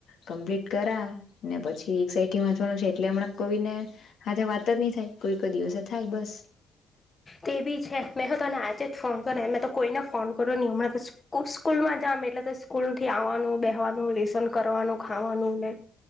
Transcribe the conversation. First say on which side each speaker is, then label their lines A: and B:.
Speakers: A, on the left; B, on the left.
A: કમ્પલિટ કરાને પછી એક સાથે વાંચવાનું છે એટલે હમણાં કોઈને હાથે વાત જ નહી થાય, કોઈ-કોઈ દિવસે થાય બસ.
B: તે બી છે મેં તો તને આજે જ ફોન કર્યો મેં તો કોઈને ફોન કરો ની હમણાં તો સ્કૂ સ્કૂલમાં જામ એટલે તો સ્કૂલ થી આવવાનું બેહેવાનું લેસન કરો વાનું ખાવાનું ને